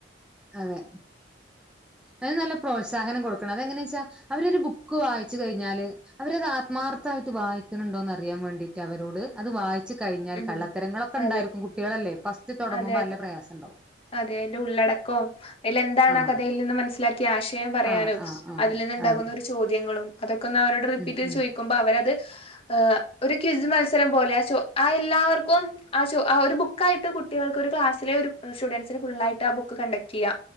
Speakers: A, in the centre; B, on the left.
A: അതെ അത് നല്ല പ്രോത്സാഹനം കൊടുക്കണം അതെങ്ങനെച്ചാ അവരൊരു ബുക്ക് വായിച്ച് കഴിഞ്ഞാല് അവരത് ആത്മാർത്ഥമായിട്ട് വായിക്ക്ണണ്ടോന്ന് അറിയാൻ വേണ്ടിട്ട് അവരോട് അത് വായി ച്ച് കഴിഞ്ഞാൽ
B: ഉം
A: കള്ളത്തരങ്ങളൊക്കെ ഇണ്ടായിരിക്കും
B: അതെ
A: കുട്ടികളല്ലെ ഫസ്റ്റ് തൊടങ്ങുമ്പം
B: അതെ അതെ
A: നല്ല പ്രയാസം ഇണ്ടാവും.
B: അതെ അയിന്റെ ഉള്ളടക്കോം അയിൽ എന്താണ്
A: ആഹ്
B: ആ കഥയിൽ നിന്ന് മനസ്സിലാ ക്ക്യാ ആശയം പറയാനും
A: ആഹ് ആഹ് ആഹ്
B: അതിൽ നിന്നുണ്ടാകുന്ന
A: അതെ
B: ഒരു ചോദ്യങ്ങളും അതൊക്കെ ഒന്ന് അവരോട് റിപ്പീറ്റ്
A: ഉം
B: ചോയി
A: ഉം
B: ക്കുമ്പം അവരത് ഏ ഒരു ക്വിസ് മത്സരം പോലെ ആ ചോ ആ എല്ലാവർക്കും ആ ചോ ആ ഒരു ബുക്കായിട്ട് കുട്ടികൾക്ക് ഒരു ക്ലാസ്സിലെ ഒരു സ്റ്റുഡൻസിന് ഫുള്ളായിട്ട് ആ ബു ക്ക്‌ കണ്ടക്ട് ചെയ്യ